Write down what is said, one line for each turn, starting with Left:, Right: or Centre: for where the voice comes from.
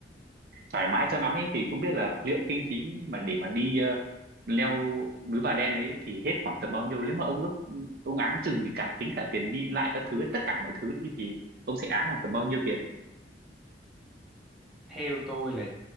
Right: thoải mái cho lắm ấy thì không biết là liệu kinh phí mà để mà đi ờ, leo núi Bà Đen đấy thì hết khoảng tầm bao nhiêu nếu mà ông ước ông áng chừng thì cả tính cả tiền đi lại các thứ ấy, tất cả mọi thứ thì thì ông sẽ áng khoảng tầm bao nhiêu tiền
Centre: theo tôi là